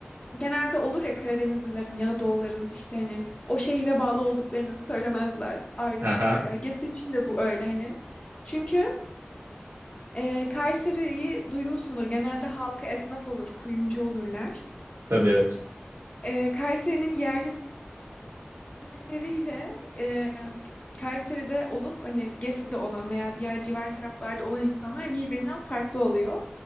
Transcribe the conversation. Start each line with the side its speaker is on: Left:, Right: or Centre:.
Left: Genelde olur ya Karadenizlilerin ya da Doğuların işte hani o şehre bağlı olduklarını söylemezler. Ayrı
Right: Aha.
Left: tutarlar. Gesi için de bu öyle hani. Çünkü e, Kayseri'yi duymuşsundur. Genelde halkı esnaf olur, kuyumcu olurlar.
Right: Tabii evet.
Left: E, Kayseri'nin yerli Kayseri'yle e, Kayseri'de olup hani Gesi'de olan veya diğer civar taraflarda olan insanlar birbirinden farklı oluyor.